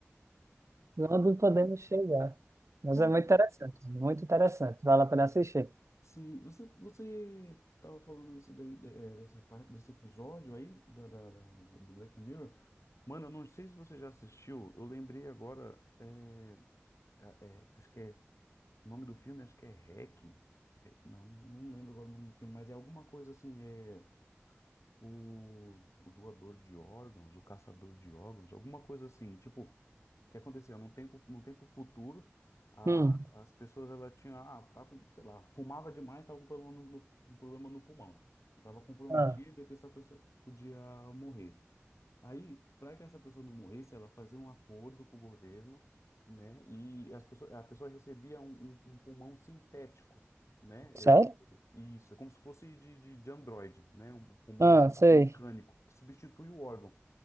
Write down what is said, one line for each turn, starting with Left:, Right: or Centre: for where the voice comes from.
Right: <laughs> Onde podemos chegar? Mas
Left: Cara,
Right: é muito interessante, muito interessante. Vale a pena assistir.
Left: Sim, você você tava falando desse daí, de- eh, dessa parte desse episódio aí da, da- da- do Black Mirror. Mano, eu não sei se você já assistiu. Eu lembrei agora, eh, a- eh, acho que é o nome do filme, acho que é Hack. Eh, Não, não lembro agora o nome do filme, mas é alguma coisa assim. é, o, o doador de órgãos, o caçador de órgãos, alguma coisa assim, tipo, que acontecia num tempo, num tempo futuro, a,
Right: Hum.
Left: as pessoas ela tinha, ah, tá com, sei lá, fumava demais, tava com problema no, no- um problema no pulmão, estava comprometido,
Right: Ah,
Left: e a pessoa, a pessoa podia morrer. Aí, para que essa pessoa não morresse, ela fazia um acordo com o governo, né? E as pessoas, a pessoa recebia um, um- um pulmão sintético, né?
Right: sério?
Left: É, isso, é como se fosse de, de, de Android, né? Um pulmão
Right: Ah,
Left: me-
Right: sei,
Left: mecânico que substitui o órgão.